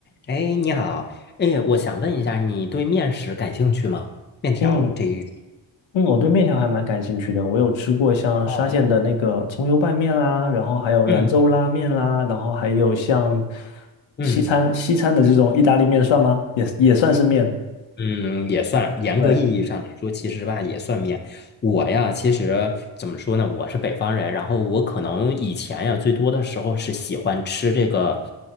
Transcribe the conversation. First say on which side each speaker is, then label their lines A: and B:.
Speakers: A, on the left (about 25°); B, on the left (about 80°).
A: 哎，你好，哎，我想问一下，你对面食感兴趣吗？面条这一类
B: 嗯嗯，我对面条还蛮感兴趣的。我有吃过像沙县的那个葱油拌面啦，
A: 哦，
B: 然后还有兰州拉面啦，
A: 嗯
B: 然后还有像
A: 嗯
B: 西餐西餐的这种意大利面算吗？也也算是面。
A: 嗯，也算，严格意义上来说，
B: 对，
A: 其实吧也算面。我呀，其实怎么说呢，我是北方人，然后我可能以前呀，最多的时候是喜欢吃这个，